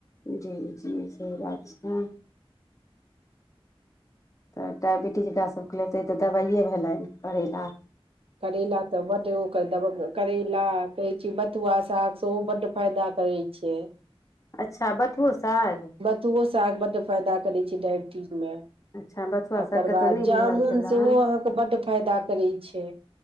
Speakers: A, on the left; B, on the right.
A: जी जी सही बात छै ह तऽ डायबिटीज एकरा सभके लेल ई तऽ दबाइए भेलनि करैला
B: करैला तऽ बड्ड ओकर दब करैला कहैय छी बथुआक साग सेहो बड्ड फायदा करै छियै
A: अच्छा बथुओ साग
B: बथुओ साग बड्ड फायदा करै छै डायबिटीज मे
A: अच्छा बथुआ
B: ओकर
A: सागके
B: बाद
A: तऽ नहि
B: जामुन
A: बुझल छलए
B: सेहो अहाँके बड्ड फायदा करै छै